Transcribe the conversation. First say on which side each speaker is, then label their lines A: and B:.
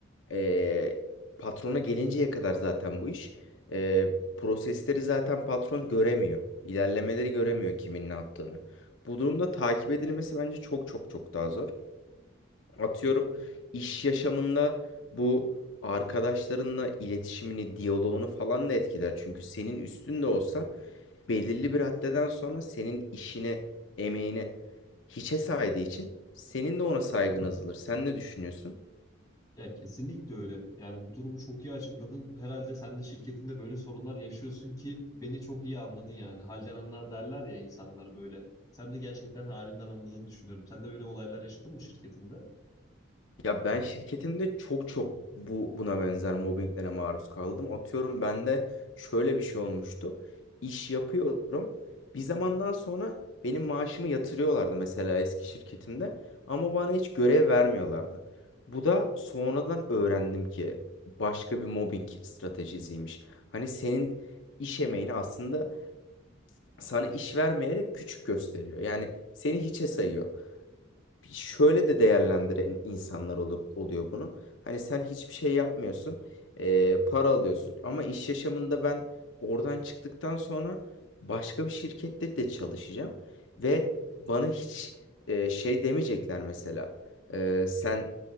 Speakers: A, on the left (about 75°); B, on the left (about 20°).
A: ee, patrona gelinceye kadar zaten bu iş. Ee, prosesleri zaten patron göremiyor. İlerlemeleri göremiyor kimin ne yaptığını. Bu durumda takip edilmesi bence çok çok çok daha zor. Atıyorum iş yaşamında bu arkadaşlarınla iletişimini, diyaloğunu falan da etkiler. Çünkü senin üstünde olsa belirli bir haddeden sonra senin işine, emeğine hiçe saydığı için senin de ona saygın azalır. Sen ne düşünüyorsun?
B: Ya kesinlikle öyle. Yani bu durumu çok iyi açıkladın. Herhalde sen de şirketinde böyle sorunlar yaşıyorsun ki beni çok iyi anladın yani. Halden anlar derler ya insanlar böyle. Sen de gerçekten halimden anladığını düşünüyorum. Sen de böyle olaylar yaşadın mı şirketinde?
A: Ya ben şirketimde çok çok bu buna benzer mobbinglere maruz kaldım. Atıyorum bende şöyle bir şey olmuştu. İş yapıyorum. Bir zamandan sonra benim maaşımı yatırıyorlardı mesela eski şirketimde ama bana hiç görev vermiyorlardı. Bu da sonradan öğrendim ki başka bir mobbing stratejisiymiş. Hani senin iş emeğini aslında sana iş vermeyerek küçük gösteriyor. Yani seni hiçe sayıyor şöyle de değerlendiren insanlar oluyor, oluyor bunu. Hani sen hiçbir şey yapmıyorsun, e, para alıyorsun. Ama iş yaşamında ben oradan çıktıktan sonra başka bir şirkette de çalışacağım ve bana hiç e, şey demeyecekler mesela. E, sen